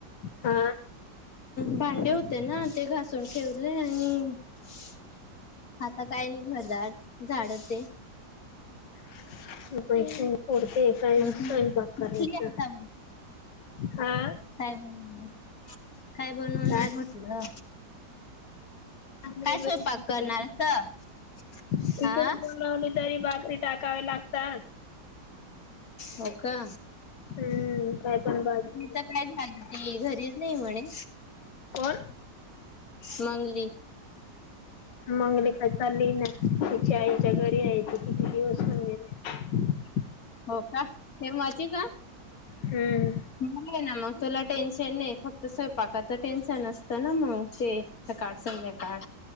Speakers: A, on the left; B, on the left.
A: हा
B: भांडे होते ना ते घासून ठेवले आणि शु आता काय नाही घरदार झाड ते
A: <unintelligible> पुडते काय
B: उठली
A: स्यंपाकार आहे
B: आता मी.
A: हा.
B: काय बनवणार काय बनवणार
A: काय
B: म्हटलं. काय
A: नाही
B: स्वयंपाक
A: बाई
B: करणारस
A: तिकडून
B: हा.
A: बोलावली तरी भाकरी टाकावे लागतात.
B: हो का?
A: हम्म काय पण भाजी
B: तर काय झालं ती घरीच नाही म्हणे
A: कोण?
B: मंगली <inaudible>
A: मंगली काय चालली ना त्यािची आईच्या घरी नाही येत किती दिवस म्ह गेले.
B: <unintelligible>
A: हम्म
B: म ना म तोलाट टेन्शन नाही फक्त स्वयंपाकाचं टेन्शन असतं ना मग ते सकाळ संध्याकाळ